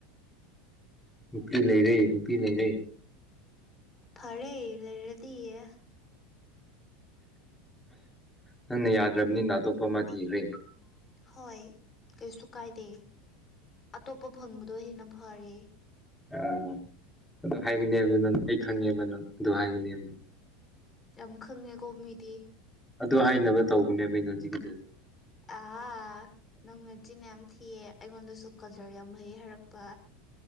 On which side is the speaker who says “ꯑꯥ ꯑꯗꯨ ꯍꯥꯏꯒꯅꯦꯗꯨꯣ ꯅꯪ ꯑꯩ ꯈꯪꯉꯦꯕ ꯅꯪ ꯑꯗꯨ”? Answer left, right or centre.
Centre